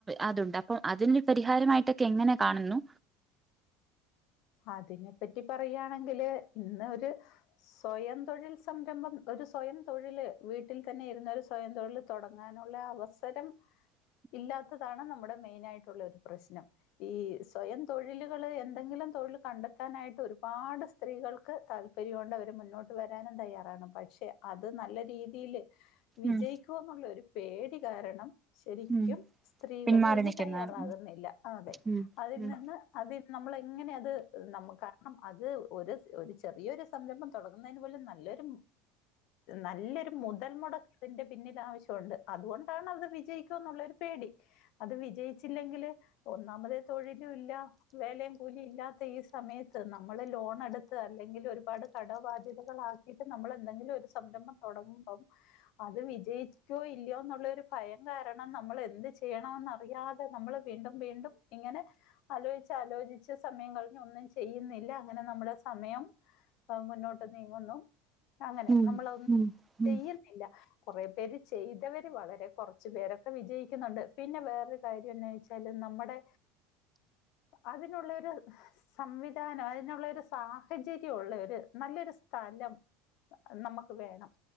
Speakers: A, on the right (about 20°); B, on the left (about 65°).
A: അതുണ്ട് അപ്പൊ അതിനൊരു പരിഹാരമായിട്ടൊക്കെ എങ്ങനെ കാണുന്നു
B: അതിനെ പറ്റി പറയയാണെങ്കില് ഇന്ന് ഒരു സ്വയം തൊഴിൽ സംരംഭം ഒരു സ്വയം തൊഴില് വീട്ടിൽ തന്നെ ഇരുന്ന ഒരു സ്വയം തൊഴിൽ തുടങ്ങാനുള്ള അവസരം
A: <unintelligible>
B: ഇല്ലാത്തതാണ് നമ്മുടെ മെയിൻ ആയിട്ടുള്ള ഒരു പ്രശ്നം ഈ സ്വയം തൊഴിലുകള് എന്തെങ്കിലും തൊഴിൽ കണ്ടെത്താനായിട്ട് ഒരുപാട് സ്ത്രീകൾക്ക് താല്പര്യം ഒണ്ട് അവര് മുന്നോട്ട് വരാനും തയ്യാറാണ് പക്ഷേ പക്ഷെ അത് നല്ല രീതില് വിജയിക്കുവൊ
A: ഉം
B: എന്നുള്ള ഒരു പേടി കാരണം ശരിക്കും
A: ഉം
B: സ്ത്രീകൾ
A: പിന്മാറി
B: അയ്ന്
A: നിൽക്കുന്നതാണ്
B: തയ്യാറാകുന്നില്ല ആഹ് അതെ
A: ഉം
B: അതിൽ
A: ഉം
B: നിന്ന് അതി നമ്മള് എങ്ങനെയ അത് നമ കാരണം അത് ഒരു ഒരു ചെറിയൊരു സംരംഭം തുടങ്ങുന്നതിന് പോലും നല്ലൊരു നല്ലൊരു മു മുതൽമുടക്ക് അതിന്റെ പിന്നിൽ ആവശ്യമുണ്ട് അതുകൊണ്ടാണ് അത് വിജയിക്കുവൊ എന്നുള്ളരു പേടി അത് വിജയിച്ചില്ലെങ്കില് ഒന്നാമത് തൊഴിലും ഇല്ല വേലയും കൂലി ഇല്ലാ ത്ത ഈ സമയത്ത് നമ്മള് ലോൺ എടുത്ത് അല്ലെങ്കിൽ ഒരുപാട് കടബാധ്യതകളാ ഇപ്പം നമ്മൾ എന്തെങ്കിലും ഒരു സംരംഭം തൊടങ്ങുമ്പം അത് വിജയിക്കോ ഇല്ലയോ എന്നുള്ളരു ഭയം കാരണം നമ്മൾ എന്ത് ചെയ്യണോന്നറിയാതെ നമ്മള് വീണ്ടും വീണ്ടും ഇങ്ങനെ ആലോയ്ച്ച് ആലോചിച്ച് സമയം ക ഇനി ഒന്നും ചെയ്യുന്നില്ല അങ്ങനെ നമ്മുടെ സമയം മുന്നോട്ട് നീങ്ങുന്നു അങ്ങനെ
A: ഉം ഉം
B: നമ്മളൊന്നും
A: ഉം
B: ചെയ്യുന്നില്ല
A: ഉം
B: കുറേ പേര് ചെയ്തവര് വളരെ കുറച്ചു പേരൊക്കെ വിജയിക്കുന്നുണ്ട് പിന്നെ വേറൊരു കാര്യം എന്നാ വെച്ചാല് നമ്മുടെ അതിനുള്ളൊരു സംവിധാനം അതിനുള്ള ഒരു സാഹചര്യം ഉള്ള ഒരു നല്ലൊരു സ്ഥലം നമുക്ക് വേണം